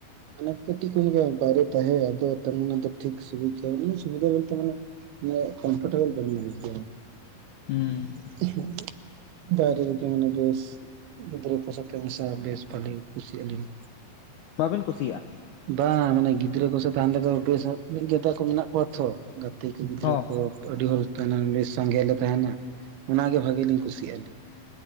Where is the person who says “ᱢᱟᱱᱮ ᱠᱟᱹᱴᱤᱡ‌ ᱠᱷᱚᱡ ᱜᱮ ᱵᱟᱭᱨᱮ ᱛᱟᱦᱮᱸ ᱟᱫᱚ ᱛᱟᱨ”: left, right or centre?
Right